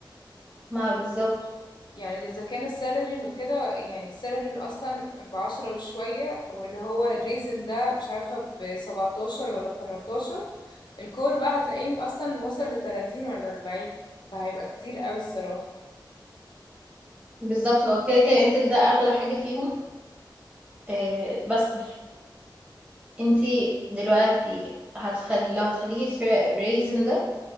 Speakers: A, on the right; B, on the left.
A: ما بالظبط
B: يعني اذا كان السالري انه كده يعني السالري اصلا بعشرة وشوية واللي هو الريزن ده مش عارفة بسبعتاشر ولا بتمنتاشر الكور بقى هتلاقيه اصلا وصل لتلاتين ولا اربعين فهيبقى كتير قوي الصراحة
A: بالظبط هو كده كده انتل ده أغلى حاجة فيهم آه، بس انتي دلوقتي هتخلي لو هتخليكي في ريزن ده